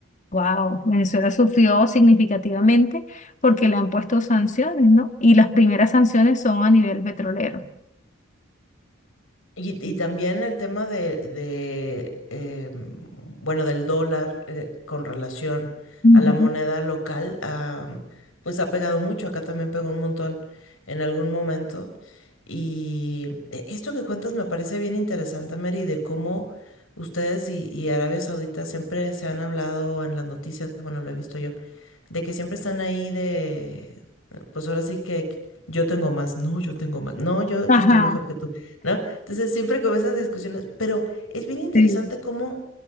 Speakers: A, on the left (about 35°); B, on the left (about 75°).
A: wow, Venezuela sufrió significativamente porque le han puesto sanciones, ¿no? Y las primeras sanciones son a nivel petrolero.
B: Y, y también el tema de, de, eh, bueno, del dólar eh, con relación
A: Ujú.
B: a la moneda local, ah, pues ha pegado mucho. Acá también pegó un montón en algún momento. Y eh, esto que cuentas me parece bien interesante, Mary, de cómo ustedes y, y Arabia Saudita siempre se han hablado en las noticias, bueno, lo he visto yo de que siempre están ahí de, pues ahora sí que yo tengo más, no, yo tengo más, no, yo estoy
A: Ajá,
B: mejor que tú, ¿no? Entonces siempre con esas discusiones, pero es bien interesante
A: sí,
B: cómo